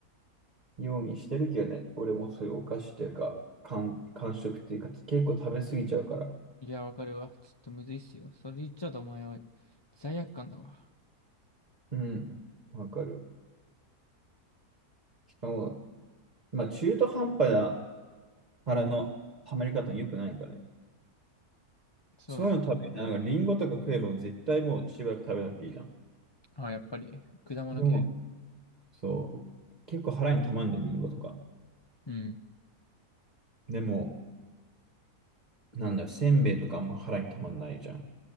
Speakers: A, on the right; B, on the left.
A: ようにしてるけどね。俺もそういうお菓子っていうか、間、間食っていうか、結構食べ過ぎちゃうから。
B: いや、わかるわ。ちょっとむずいっすよ。それ言っちゃうとお前は罪悪感だわ。
A: うん。わかる。しかも、まあ中途半端な腹の溜まり方に良くないからね。
B: そうだね。
A: そういうの食べるなら、なんかリンゴとか食えば絶対もうしばらく食べなくていいじゃん。
B: あ、やっぱり、果物系。
A: でも、そう、結構腹に溜まんじゃん、リンゴとか。
B: うん。
A: でも、なんだよ、せんべいとかあんま腹に溜まんないじゃん。